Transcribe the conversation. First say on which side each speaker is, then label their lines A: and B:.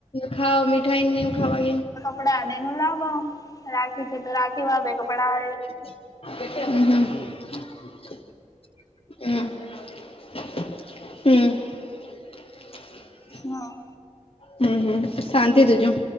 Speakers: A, on the left; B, on the left.
A: ખાાવ મીઠાઈ નનેવ ખાવાગ
B: કપડાને એ ન લાભ રાખી છે તો રાખી વાબે કપડા
A: હમ હમ હમ હમ્મ
B: હા
A: હમ હમ શાંતિ તીજું